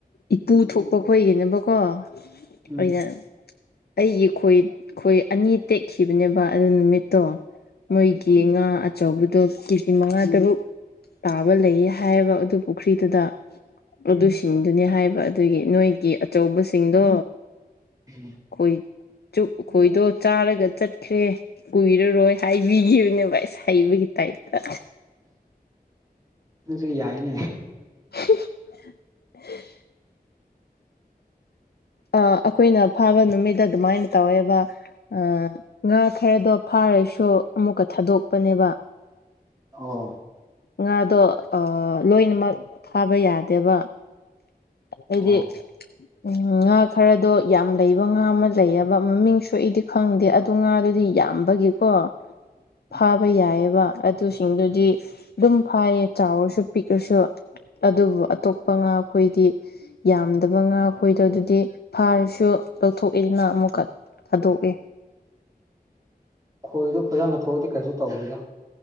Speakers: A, on the left; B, on the right.
A: ꯏꯄꯨ ꯊꯣꯛꯄ ꯈꯣꯏꯒꯤꯕꯀꯣ
B: ꯎꯝ
A: ꯑꯣꯏꯅ ꯑꯩꯒꯤ ꯈꯣꯏ ꯈꯣꯏ ꯑꯅꯤ ꯇꯦꯛꯈꯤꯕꯅꯦꯕ ꯑꯗꯨ ꯅꯨꯃꯤꯠ ꯗꯣ ꯃꯣꯏꯒꯤ ꯉꯥ ꯑꯆꯧꯕꯗꯣ ꯀꯦꯖꯤ ꯃꯉꯥ ꯇꯔꯨꯛ ꯇꯥꯕ ꯂꯩꯌꯦ ꯍꯥꯏꯌꯦꯕ ꯑꯗꯨ ꯄꯨꯈ꯭ꯔꯤꯗꯨꯗ ꯑꯗꯨꯁꯤꯡꯗꯨꯅꯤ ꯍꯥꯏꯕ ꯑꯗꯨꯒꯤ ꯅꯣꯏꯒꯤ ꯑꯆꯧꯕꯁꯤꯡꯗꯣ
B: <unintelligible>
A: ꯈꯣꯏꯠ ꯆꯨꯞ ꯈꯣꯏꯗꯣ ꯆꯥꯔꯒ ꯆꯠꯈ꯭ꯔꯦ ꯀꯨꯏꯔꯔꯣꯏ ꯍꯥꯏꯕꯤꯒꯤꯕꯅꯦꯕ ꯑꯁ ꯍꯩꯕꯒꯤ ꯇꯥꯏꯞꯇ
B: ꯅꯪꯁꯨ ꯌꯥꯏꯅꯦ
A: <unintelligible> ꯑ ꯑꯩꯈꯣꯏꯅ ꯐꯥꯕ ꯅꯨꯃꯤꯠꯇ ꯑꯗꯨꯃꯥꯏꯟ ꯇꯧꯋꯦꯕ ꯑ ꯉꯥ ꯈꯔꯗꯣ ꯐꯥꯔꯁꯨ ꯑꯃꯨꯛꯀ ꯊꯥꯗꯣꯛꯄꯅꯦꯕ
B: ꯑꯣ
A: ꯉꯥꯗꯣ ꯑ ꯂꯣꯏꯅꯃꯛ ꯊꯥꯕ ꯌꯥꯗꯦꯕ ꯑꯩꯗꯤ
B: ꯑꯣ
A: ꯎꯝ ꯉꯥ ꯈꯔꯗꯣ ꯌꯥꯝ ꯂꯩꯕ ꯉꯥ ꯑꯃ ꯂꯩꯑꯕ ꯃꯃꯤꯡꯁꯨ ꯑꯩꯗꯤ ꯈꯪꯗꯦ ꯑꯠ ꯇꯣ ꯉꯥꯗꯨꯗꯤ ꯌꯥꯝꯕꯒꯤꯀꯣ
B: <inaudible>
A: ꯐꯥꯕ ꯌꯥꯏꯌꯦꯕ ꯑꯗꯨꯁꯤꯡꯗꯨꯗꯤ ꯑꯗꯨꯝ ꯐꯥꯏꯌꯦ ꯆꯥꯎꯔꯁꯨ ꯄꯤꯛꯔꯁꯨ ꯑꯗꯨꯕꯨ ꯑꯇꯣꯞꯄ ꯉꯥꯈꯣꯏꯗꯤ ꯌꯥꯝꯗꯕ ꯉꯥ ꯈꯣꯏꯗꯣ ꯑꯗꯨꯗꯤ ꯐꯥꯔꯁꯨ ꯂꯧꯊꯣꯛꯑꯦꯗꯅ ꯑꯃꯨꯛꯀꯠ ꯊꯥꯗꯣꯛꯑꯦ
B: ꯈꯣꯏꯗꯣ ꯐꯖꯅ ꯊꯣꯛꯑꯗꯤ ꯀꯩꯁꯨ ꯇꯧꯋꯤꯗ